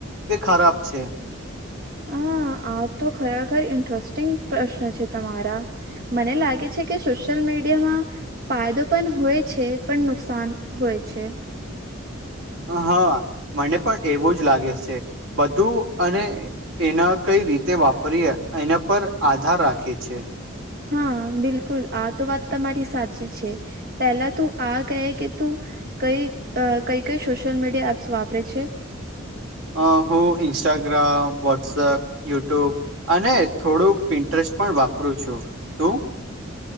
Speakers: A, on the right; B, on the right.
A: કે ખરાબ છે?
B: હા આ તો ખરેખર ઈન્ટ્રસ્ટિંગ પ્રશ્ન છે તમારા. મને લાગે છે, કે સોશિયલ મીડિયામાં ફાયદો પણ હોય છે, પણ નુકસાન હોય છે.
A: હા મને પણ એવું જ લાગે છે, બધું અને એના કઈ રીતે વાપરીએ એના પર આધાર રાખે છે.
B: હા બિલકુલ આ તો વાત તમારી સાચી છે. પહેલા તું આ કહે કે તું કઈ અ કઈ કઈ સોશિયલ મીડિયા એપ્સ વાપરે છે?
A: અ હું ન્સ્ટાગ્રામ, વોટ્સઅપ, યુટ્યુબ, અને થોડુંક પિન્ટ્રેસ્ટ પણ વાપરું છું, તું?